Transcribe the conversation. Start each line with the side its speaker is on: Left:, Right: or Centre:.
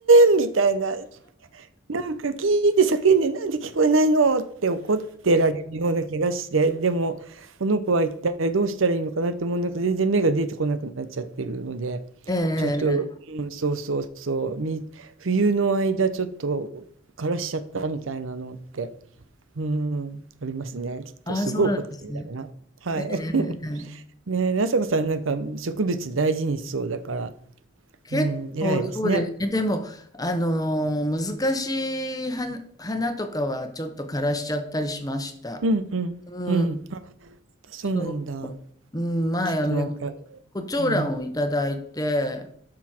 Right: めんみたいな。なんかキーって叫んで、なんで聞こえないのって怒ってられるような気がして、でも、この子は一体どうしたらいいのかなってもうなんか全然目が出てこなくなっちゃってるので、
Left: ええええええ
Right: ちょっと、うん、そうそうそう、み、冬の間ちょっと枯らしちゃったみたいなのって、うん、ありますね。きっとすごい怒ってるんだろうな。
Left: ああ、そうなんですね。
Right: はい。
Left: ええ
Right: <laughs> ねえ、なさこさんなんか植物大事にしそうだから、
Left: 結構そうですね。
Right: うん、偉いですね。
Left: でも、あの、難しい花花とかはちょっと枯らしちゃったりしました。
Right: うんうんうん。
Left: うん、
Right: やっぱそうなんだ。
Left: そう、うん、前、
Right: きっとなんか
Left: あの、胡蝶蘭をいただいて、
Right: うん。